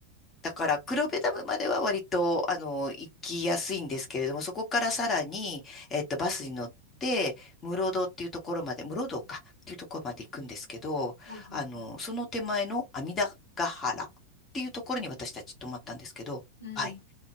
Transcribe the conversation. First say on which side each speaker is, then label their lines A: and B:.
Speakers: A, on the left; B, on the left.
A: だから、黒部ダムまでは割と、あの、行きやすいんですけれども、そこからさらに、えっと、バスに乗って、室堂っていうところまで、室堂かっていうところまで行くんですけど、
B: はい、はい、
A: あの、
B: はい。
A: その手前の阿弥陀ヶ原っていうところに私たち泊まったんですけど、
B: うん。
A: はい。